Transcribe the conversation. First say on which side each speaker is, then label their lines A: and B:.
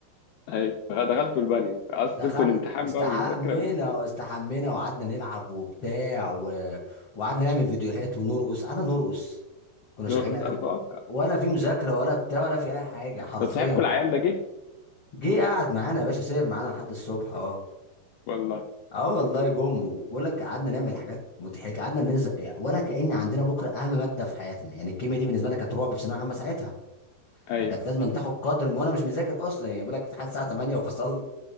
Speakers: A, on the left; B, on the left.
A: ايوه دخلتوا البانيو اصلا
B: دخلنا
A: سبتوا الامتحان
B: استحمينا
A: بقى والمذاكره
B: واستحمينا وقعدنا نلعب وبتاع و... وقعدنا نعمل فيديوهات ونرقص قعدنا نرقص كنا
A: نور
B: شغالين
A: انا
B: اغاني
A: متوقع
B: ولا في مذاكره ولا بتاع ولا في اي حاجه حرفيا
A: طب صاحبكم العيان ده جه
B: جه قعد معانا يا باشا سير معانا لحد الصبح اه
A: والله
B: اه والله جم بقول لك قعدنا نعمل حاجات مضحكه قعدنا نزق يعني، ولا كأن عندنا بكره اهم ماده في حياتنا يعني الكيمياء دي بالنسبه لنا كانت رعب في ثانويه عامه ساعتها
A: ايوه
B: فكانت لازم تاخد قدر وانا مش مذاكر اصلا يعني بقول لك امتحان الساعه 8 وفصلت